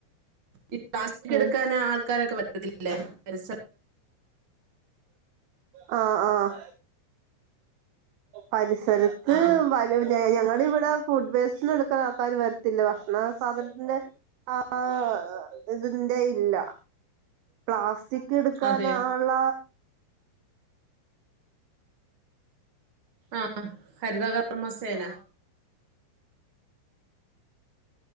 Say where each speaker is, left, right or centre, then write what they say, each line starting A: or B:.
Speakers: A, on the right; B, on the right.
A: ഈ പ്ലാസ്റ്റിക്
B: ഉം
A: എടുക്കാന് ആൾക്കാരൊക്കെ പറ്റത്തില്ലേ പരിസ
B: ആഹ ആഹ പരിസരത്ത്
A: ആ
B: വരൂലെ ഞങ്ങൾ ഇവിടെ ഫുഡ് വേസ്റ്റ്എടുക്ക്ണ ആൾക്കാർ വരു ത്തില്ല ഭക്ഷണ സാധനത്തിന്റെ അ ആ ഇതിന്റെ ഇല്ല പ്ലാസ് ഒറ്റക്ക് എടുക്കൻ
A: അതെ
B: ആള്ള
A: ആഹ ഹരിതകർമ്മസേന